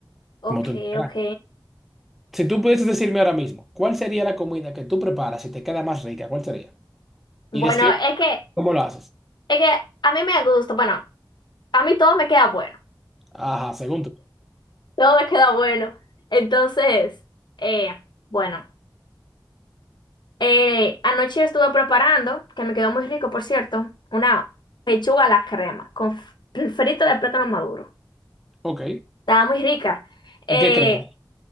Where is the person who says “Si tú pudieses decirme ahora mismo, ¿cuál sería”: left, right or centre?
Centre